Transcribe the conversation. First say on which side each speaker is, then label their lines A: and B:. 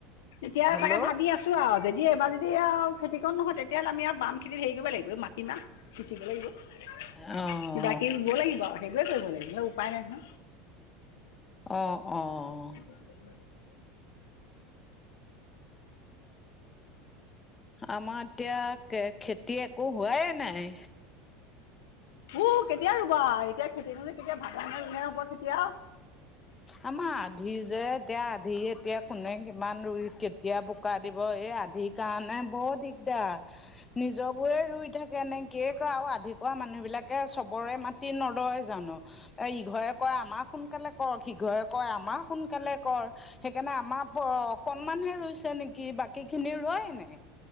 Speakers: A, on the left; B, on the left.
A: এতিয়া
B: হেল্ল'।
A: তাকে, ভাবি আছোঁ! যদি, এবাৰ যদি আৰু খেতিকন নহয়, তেতিয়া হ'লে, আমি আৰু বাম খেতিত সেৰি কৰিব লাগিব, এই মাটিমাহ সিচিব লাগিব।
B: অঁ।
A: বাকী ৰুব লাগিব সেইটোৱে কৰিব লাগিব বানলে উপায় নাই নহয়।
B: অঁ অঁ।
A: উ <inaudible>
B: আমাৰ এতিয়া খেতি একো হোৱাই নাই।
A: উ কেতিয়া ৰুবা, এতিয়া খেতি নুৰুই কেতিয়া ভাদা মাহত ৰুলে হ'বা কেতিয়া।
B: আমাৰ আধি যে এতিয়া আধি এতিয়া কোনে কিমান ৰুই কেতিয়া বোকা দিব এই আধি। সেইকাৰণে বৰ দিগদাৰ। দিগদাৰ নিজ বোৰে ৰুই থাকে নে কিয়ে কৰে আৰু আধি খোৱা মানুহ বিলাক। তাকে চবৰে মাতি নলয় জানো, ত ইঘৰে কয় আমাক সোনকালে। কৰ শিঘৰে কয় আমাৰ সোনকালে কৰ। সেইকাৰণে আমাৰ অকনমানহে ৰুইছে নেকি বাকী খিনি ৰোৱ নাই।